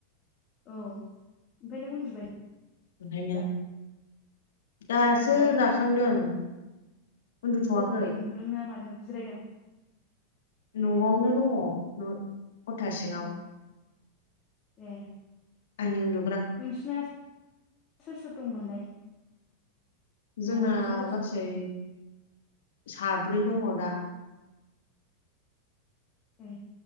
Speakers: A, on the left; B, on the left.
A: औ ओमफ्राय नों उन्दुबाय
B: ओंखायनो
A: दा
B: दासो
A: उन्दुबाय
B: जाखांदों उन्दुथ'वाखै
A: <unintelligible> उन्दुदोंना मादों जिरायदों
B: नआवनो दङ <unintelligible> खथा सिङाव
A: ए ए
B: आनि उन्दु
A: नोंसिना सोर सोर दंमोनलाय
B: जोंना
A: न'आव नोंसिना सोर
B: गासै
A: सोर
B: साब्रै दङ दा
A: ए